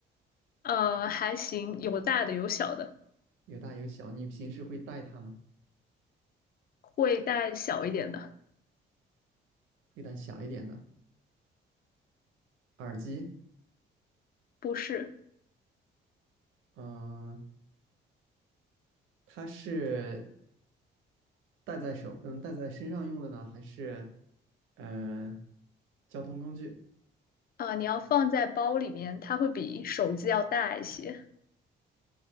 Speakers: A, on the left; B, on the right.
A: 呃，还行，有大的有小的，
B: 有大有小。你平时会带它吗？
A: 会带小一点的，
B: 会带小一点的耳机。
A: 不是，
B: 嗯、呃它是戴在手，嗯，戴在身上用的呢，还是嗯、呃交通工具？
A: 呃，你要放在包里面，它会比手机要大一些，